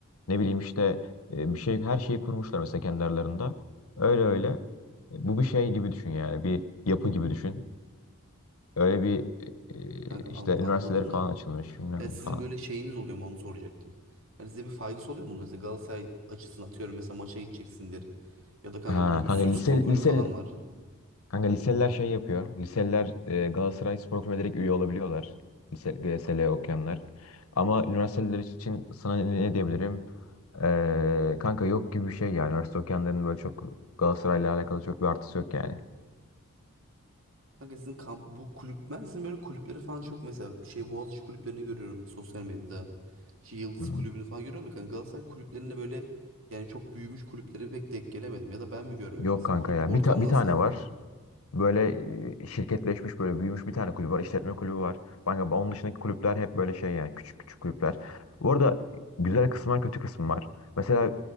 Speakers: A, on the left; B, on the right.
A: Ne bileyim işte e, bir şey her şeyi kurmuşlar mesela kendi aralarında. Öyle öyle. E, Bu bir şey gibi düşün yani. Bir yapı gibi düşün. Öyle bir e,
B: Kanka an-
A: e, işte üniversiteleri
B: anladım
A: falan
B: da.
A: açılmış bilmem
B: Ya sizin
A: ne falan.
B: böyle şeyiniz oluyor mu onu soracaktım. Hani size bir faydası oluyor mu? bunun? Mesela Galatasaray açısından atıyorum mesela maça gideceksindir. Ya da kanka
A: Ha
B: bunun bir
A: kanka
B: sürü
A: lise
B: spor kulübü
A: lise
B: falan var.
A: Kanka liseliler şey yapıyor. Liseliler e, Galatasaray Spor Kulübü'ne direkt üye olabiliyorlar. Lise, GSL okuyanlar. Ama üniversiteler için sana ne ne diyebilirim? Ee, kanka yok gibi bir şey yani. Üniversite okuyanların böyle çok Galatasaray'la alakalı çok bir artısı yok yani.
B: Kanka sizin kamp, bu kulüp ben sizin böyle kulüpleri falan çok mesela şey Boğaziçi kulüplerini görüyorum sosyal medyada. Şey Yıldız
A: Hmm.
B: kulübünü falan görüyorum da kanka Galatasaray kulüplerinde böyle yani çok büyümüş kulüplere pek denk gelemedim. Ya da ben mi görmemişim?
A: Yok
B: Sizin
A: kanka
B: kulüp
A: ya.
B: ortamı
A: Bir, ta- bir
B: nasıl?
A: tane var. Böyle e, şirketleşmiş böyle büyümüş bir tane kulüp var. işletme kulübü var. Kanka onun dışındaki kulüpler hep böyle şey yani küçük küçük kulüpler. Bu arada güzel kısmı var kötü kısmı var. Mesela e,